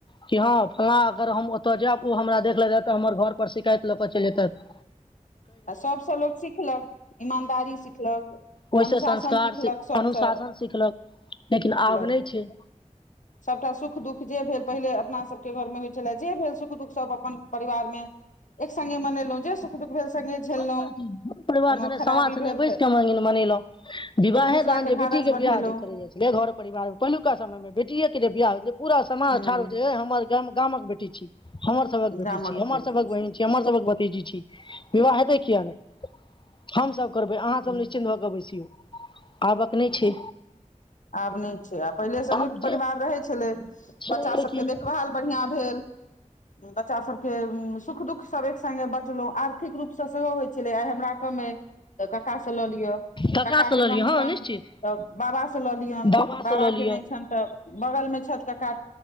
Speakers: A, on the left; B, on the left.
A: कि हँ फलाँ अगर हम ओतय जायब ओ हमरा देखलेतय तअ हमर घर पर शिकायत लऽ के चलि जैतैथ
B: तऽ सभसँ लोक सिखलक ईमानदारी सिखलक
A: ओहिसँ
B: अनुशासन
A: संस्कार
B: सिखलक
A: सि-
B: सभसँ
A: अनुशासन सिखलक लेकिन
B: सिखलकऽ
A: आब नहि छै
B: सभटा सुख दुख जे भेल पहिले अपना सभके घरमे होई छलै जे भेल सुख दुख सभ अपन परिवारमे एक संगे मनेलहु जे सुख दुख भेल संगे। झेललहुँ
A: <inaudible> परिवार
B: कोनो
A: संने
B: खराबी
A: समाज छलै
B: भेल
A: बैसकय
B: तऽ
A: मनेलौंह विवाहे
B: एक दूसरा
A: दान जे
B: ढारस
A: बेटी के
B: बन्हेलहुँ
A: विवाह जे करे जा छै बेघर परिवार पहिलुका समय मे बेटिए के जे बियाह हो पूरा समाज
B: हूँ
A: ठार होइ छै हमर गा गामक बेटी छी हमर सबक बेटी
B: गामक
A: छी हमर
B: बेटी
A: सबक बहिन छी हमर सबक भतीजी छी विवाह हेतै किए नहि हमसभ करबै अहाँसभ
B: सही
A: निश्चिन्त भऽ कऽ बैसियौ आबक नै छै
B: आब नय छै आ पहिले संयुक्त
A: आब जे
B: परिवार रहै छलै
A: छलैहे
B: बच्चा सभके
A: कि
B: देखभाल बढ़ियाँ भेल बच्चा सब के सुख दुःख सब एक संगे बचलौ आर्थिक रूप से सेहो होइ छलै आइ हमरा कमे तऽ कक्का से लऽ लिय
A: ककासँ
B: कक्का
A: लऽ
B: के कम
A: लिअ हँ
B: छैन
A: निश्चित
B: तऽ बाबा लऽ लियौन
A: बाबासँ
B: बाबाके
A: लऽ लिअ
B: नय छैन तऽ बगलमे छथि कका